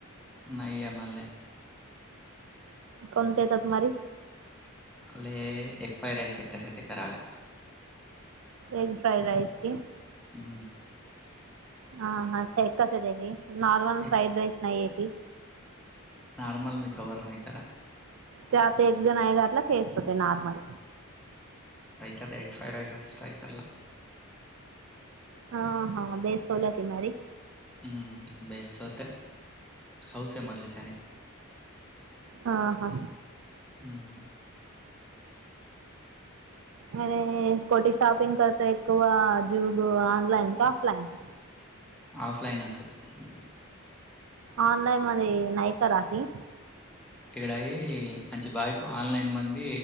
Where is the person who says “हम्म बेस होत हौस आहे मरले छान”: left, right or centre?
Centre